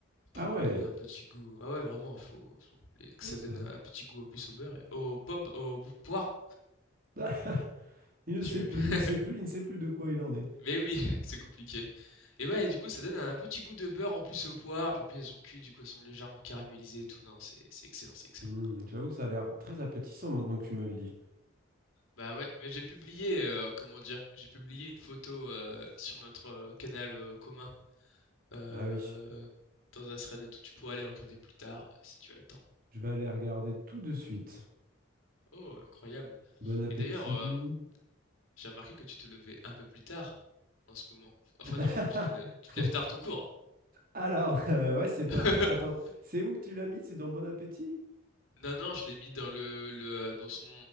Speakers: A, on the left; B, on the right.
A: Pour
B: Ah ouais,
A: leur donner un petit goût. Ah ouais, vraiment, faut, faut- que
B: ouais,
A: ça
B: ça...
A: donne un,
B: <laughs>
A: petit goût en plus au beurre et aux pommes, aux poires.
B: Ah, il ne
A: Je-
B: sait plus,
A: <laughs>
B: il ne sait plus, il ne sait plus de quoi il en est.
A: Mais oui, <laughs> c'est compliqué. Et ouais, et du coup, ça donne un petit goût de beurre en plus aux poires. Puis en plus, elles ont cuit, du coup, elles sont légèrement caramélisées et tout. Non, c'est c'est excellent, c'est excellent.
B: Hmm, j'avoue que ça a l'air très appétissant maintenant que tu me le dis.
A: Bah ouais, mais j'ai publié, euh, comment dire, j'ai publié une photo euh, sur notre euh, canal euh, commun. Euh,
B: Ah oui,
A: dans un thread de tout, tu pourras aller regarder plus tard euh, si tu as le temps.
B: je vais aller regarder tout de suite.
A: Oh, incroyable.
B: Bon appétit.
A: Et d'ailleurs, euh, J'ai remarqué que tu te levais un peu plus tard en ce moment. Enfin
B: <laughs>
A: non, tu te, lè- tu te lèves tard tout court.
B: Alors, euh, ouais, c'est pas
A: <laughs>
B: faux. Attends, c'est où que tu l'as mis? C'est dans Bon Appétit?
A: Non, non, je l'ai mis dans le, le, euh, dans son,